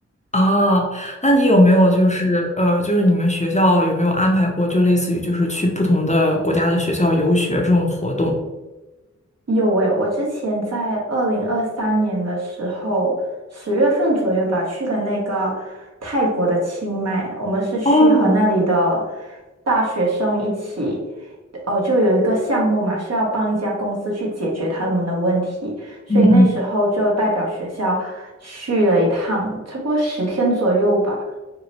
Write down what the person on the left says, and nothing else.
哦，那你有没有就是呃，就是你们学校有没有安排过，就类似于就是去不同的国家的学校游学这种活动？
哦，
嗯